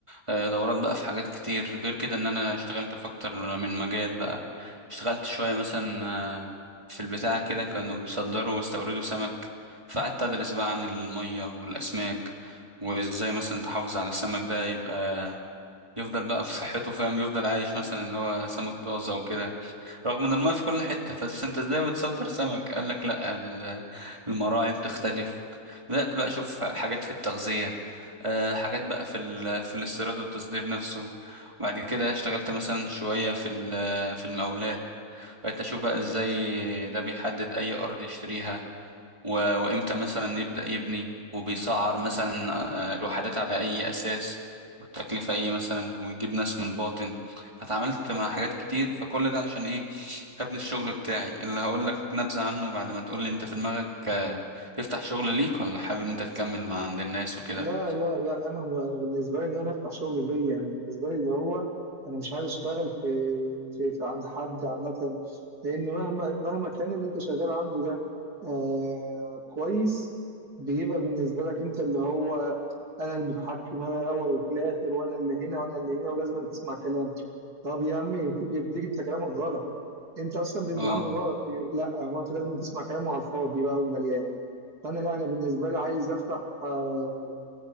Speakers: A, on the right; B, on the right.
A: آه، دورات بقى في حاجات كتير غير كده ان انا اشتغلت في اكتر من مجال بقى اشتغلت شوية مثلا آه، في البتاع كده كانوا بيصدروا ويستوردوا سمك فقعدت ادرس بقى عن المية والاسماك وازاي مثلا تحافظ على السمك ده يبقى يفضل بقى في صحته فاهم يفضل عايش مثلا ان هو سمك طازة وكده رغم ان الماء في كل حتة بس انت ازاي بتصدر سمك قال لك لا ال- المراعي بتختلف بدأت بقى اشوف حاجات في التغذية آه، حاجات بقى في ال- في الاستيراد والتصدير نفسه وبعد كده اشتغلت مثلا شوية في ال- في المقاولات بقيت اشوف بقى ازاي ده بيحدد اي ارض يشتريها و- وامتى مثلا يبدأ يبني وبيسعر مثلا آه، الوحدات على اي اساس والتكلفة ايه مثلا ويجيب ناس من الباطن فتعاملت مع حاجات كتير فكل ده عشان ايه ابن الشغل بتاعي اللي هقول لك نبذة عنه بعد ما تقول لي انت في دماغك آه، تفتح شغل ليك ولا حابب ان انت تكمل مع عند الناس وكده
B: لا لا لا انا م- بالنسبه لي ان انا افتح شغل ليا انا بالنسبه لي اللي هو انا مش عايز اشتغل في في, في عند حد عامه لان مهما مهما كان اللي انت شغال عنده ده آه كويس بيبقى بالنسبه لك انت اللي هو انا المتحكم انا الاول وفي الاخر وانا اللي هنا وانا اللي هنا ولازم أن تسمع كلام طب يا عمي تيجي تيجي انت كلامك غلط انت اصلا بتتعامل
A: اه
B: غلط لا هو انت لازم تسمع كلامه على الفاضي بقى والمليان فانا لا انا بالنسبه لي عايز افتح آه